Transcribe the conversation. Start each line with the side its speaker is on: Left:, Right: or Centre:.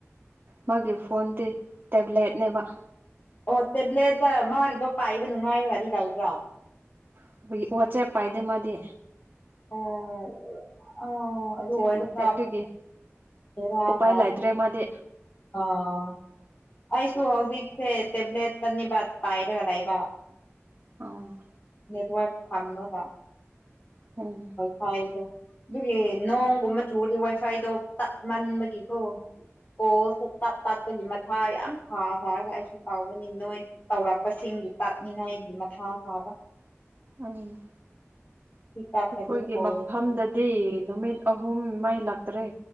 Right: ꯃꯥꯒꯤ ꯐꯣꯟꯗꯤ ꯇꯦꯕ꯭ꯂꯦꯠꯅꯦꯕ
Left: ꯑꯣ ꯇꯦꯕ꯭ꯂꯦꯠꯇ ꯃꯥꯒꯤꯗꯣ ꯄꯥꯏꯕ ꯅꯨꯡꯉꯥꯏꯔꯗꯤ ꯂꯩꯕ꯭ꯔꯥ
Right: ꯑꯩꯈꯣꯏꯒꯤ ꯋꯥꯆꯦꯞ ꯄꯥꯏꯗꯦ ꯃꯥꯗꯤ
Left: ꯑꯧ ꯑꯥ
Right: ꯋꯥꯆꯦꯞ
Left: ꯑꯗꯨ ꯑꯣꯏꯔꯗꯤ
Right: ꯅꯠꯇꯦ
Left: ꯈꯔꯥ
Right: ꯑꯗꯨꯒꯤ
Left: ꯕꯦꯔꯥ
Right: ꯎꯄꯥꯏ
Left: ꯀꯥꯕꯅꯤ
Right: ꯂꯩꯇ꯭ꯔꯦ ꯃꯥꯗꯤ
Left: ꯑꯥ ꯑꯩꯁꯨ ꯍꯧꯖꯤꯛꯁꯦ ꯇꯦꯕ꯭ꯂꯦꯠꯇꯥꯅꯤꯕ ꯄꯥꯏꯔꯒ ꯂꯩꯕ
Right: ꯑꯣ
Left: ꯅꯦꯠꯋꯥꯔꯛ ꯁꯝꯝꯒ
Right: ꯎꯝ ꯎꯝ
Left: ꯋꯥꯏꯐꯥꯏꯗꯣ ꯑꯗꯨꯒꯤ ꯅꯣꯡꯒꯨꯝꯕ ꯆꯨꯔꯗꯤ ꯋꯥꯏꯐꯥꯏꯗꯣ ꯇꯠ ꯃꯟꯕꯒꯤꯀꯣ ꯑꯣ ꯇꯥ ꯇꯥꯠꯄꯥꯠꯄꯒꯤ ꯃꯊꯥ ꯌꯥꯝ ꯁꯥꯕ ꯑꯩꯁꯨ ꯇꯧꯕꯅꯤ ꯅꯣꯏ ꯇꯧꯔꯛꯄꯁꯤꯡꯒꯤ ꯇꯥꯛꯅꯤꯡꯉꯥꯏꯒꯤ ꯃꯊꯥ ꯁꯥꯕ
Right: ꯎꯝ
Left: ꯁꯤ ꯇꯠꯂꯗꯤ
Right: ꯑꯩꯈꯣꯏꯒꯤ
Left: ꯍꯧꯔꯅꯤ
Right: ꯃꯐꯝꯗꯗꯤ ꯅꯨꯃꯤꯠ ꯅꯨꯃꯤꯠ ꯑꯍꯨꯝ ꯃꯩ ꯂꯥꯛꯇ꯭ꯔꯦ